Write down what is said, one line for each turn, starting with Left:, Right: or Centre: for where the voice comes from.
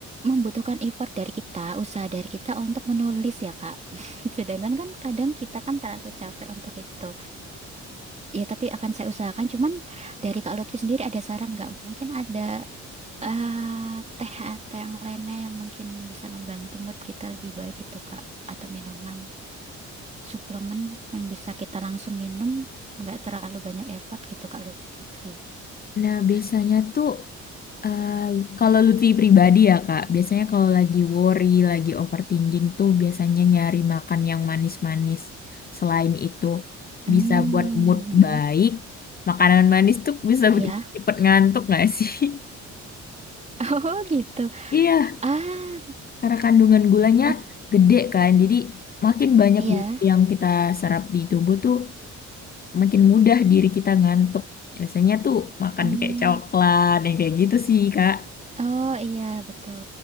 Right: membutuhkan effort dari kita, usaha dari kita untuk menulis ya, Kak. <laughs> Sedangkan kan kadang kita kan terlalu capek untuk itu. Ya, tapi akan saya usahakan. Cuman dari Kak Lutfi sendiri ada saran nggak? Mungkin ada eh, teh atau yang lainnya yang mungkin bisa membantu mood kita lebih baik gitu, Kak. Atau minuman, suplemen yang bisa kita langsung minum, nggak terlalu banyak effort gitu, Kak Lutfi.
Left: nah biasanya tuh Eh, kalau Lutfi pribadi ya Kak, biasanya kalau lagi worry, lagi overthinking tuh biasanya nyari makan yang manis-manis. Selain itu
Right: Hmm,
Left: bisa buat mood
Right: mm,
Left: baik.
Right: mm.
Left: Makanan manis tuh bisa
Right: Ya,
Left: bikin cepet ngantuk nggak sih? <laughs>
Right: <laughs> Oh gitu.
Left: Iya,
Right: Ah,
Left: karena kandungan gulanya
Right: mm,
Left: gede kan. Jadi makin banyak
Right: iya.
Left: gula yang kita serap di tubuh tuh makin mudah diri kita ngantuk. Biasanya tuh makan
Right: Hmm.
Left: kayak coklat yang kayak gitu sih Kak.
Right: Oh iya, betul.